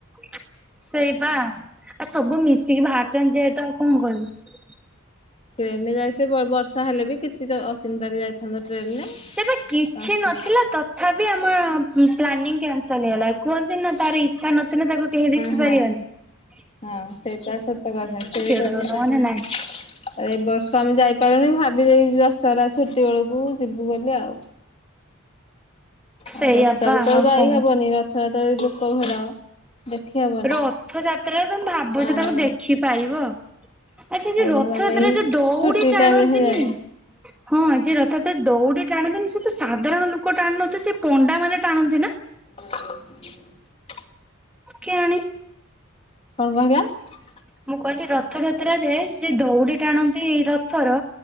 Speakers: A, in the centre; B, on the left.
A: <inaudible> ସେଇପା ଆ ସବୁ ମିଶିକି ଭାରି ଚନ୍ତି ଯେହେତୁ ଆଉ କଣ କରିବୁ ।
B: ଟ୍ରେନ ରେ ଯାଇଥିଲେ ବର୍ଷା ହେଲେ ବି କିଛି ଅଚିନତାରେ ଯାଇଥାନ୍ତ। ଟ୍ରେନରେ।
A: ସେବା କିଛି
B: ହଁ
A: ନଥିଲା ତଥାପି ଆମ । ପ୍ଲାନିଂ କ୍ୟାନସଲ ହେଇଗଲା କୁହନ୍ତି ନା ତାର ଇଚ୍ଛା ନଥିନେ ତାକୁ କେହି ଦେଖି
B: ହଁ
A: ପାରିବନି ।
B: ହଁ ସେଇଟା ସତ କଥା ସେ ଯଦି
A: ତାକୁ
B: ନ
A: ନହେଲେ
B: ଚାହିଁବ
A: ନାହିଁ।
B: ଏ ବର୍ଷ ଆମେ ଯାଇ ପାରି। ବୁନିି ଭାବି ଦେଇଛୁ ଦଶହରା ଛୁଟି ବେଳକୁ ଯିବୁ ବୋଲି ଆଉ।
A: ସେଇଆପା
B: ଆଉ ର ରଥା କୁ ତ
A: ଆଉ
B: ଯାଇ
A: କଣ
B: ହବନି ରଥଯାତ୍ରା ରେ ଲୋକ ଭିଡ। ଦେଖି ହବନି
A: ରଥଯାତ୍ରାରେ ତମେ ଭାବୁଛ
B: ଆଉ
A: ତାକୁ ଦେଖି ପାରିବ। ଆଚ୍ଛା ଯେ
B: ଆଉ
A: ରଥଯାତ୍ରା
B: ଆମେ ଏଇ
A: ରେ ଯୋଉ ଦଉଡି
B: ଛୁଟି
A: ଟାଣନ୍ତିନି
B: ଟାଇମରେ ହିଁ ଯାଉ
A: ହଁ ଯେ ରଥଯାତ୍ରା ଦଉଡି। ଟାଣନ୍ତିନି ସେ ତ ସାଧାରଣ ଲୋକ ଟାଣୁ ନଥିବେ ସେ ପଣ୍ଡା ମାନେ ଟାଣନ୍ତି ନା।
B: <unintelligible>
A: କେଆଣି।
B: କଣ ପାଇଁକା ।
A: ମୁଁ କହିଲି ରଥଯାତ୍ରାରେ ସେ ଦଉଡି ଟାଣନ୍ତି ରଥର।